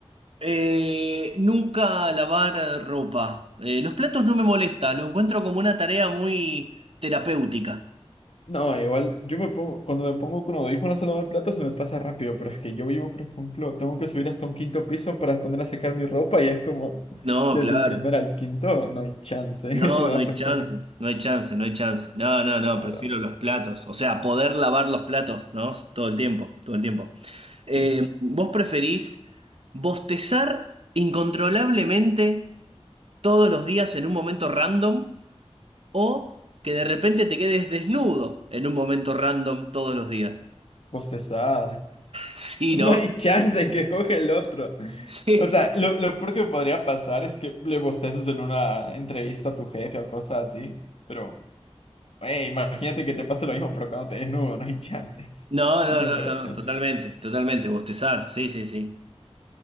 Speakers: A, on the right; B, on the left.
A: Eh, nunca lavar eh, ropa. Eh, los platos no me molesta, lo encuentro como una tarea muy terapéutica.
B: No, igual, yo me pongo, cuando me pongo con audífonos a lavar el plato se me pasa rápido, pero es que yo vivo, por ejemplo, tengo que subir hasta un quinto piso para poner a secar mi ropa y es como,
A: No,
B: desde
A: claro.
B: el primer al quinto, no hay chance, <laughs> es
A: No,
B: una
A: no hay
B: flojera.
A: chance, no hay chance, no hay chance. No, no, no,
B: La
A: prefiero
B: verdad,
A: los platos. O sea, poder lavar los platos, ¿no? Todo el tiempo, todo el tiempo.
B: sí.
A: Eh, ¿vos preferís bostezar incontrolablemente? todos los días en un momento random o que de repente te quedes desnudo en un momento random todos los días. <laughs>
B: Bostezar. <laughs>
A: Sí,
B: No
A: ¿no?
B: hay chance que escoge el otro.
A: Sí.
B: O sea, lo, lo peor que podría pasar es que le bosteces en una entrevista a tu jefe o cosas así, pero, hey, imagínate que te pase lo mismo, pero cuando te desnudo, no hay <laughs> chances.
A: No, no,
B: Hay comparación.
A: no, no, no, totalmente, totalmente, bostezar, sí, sí, sí.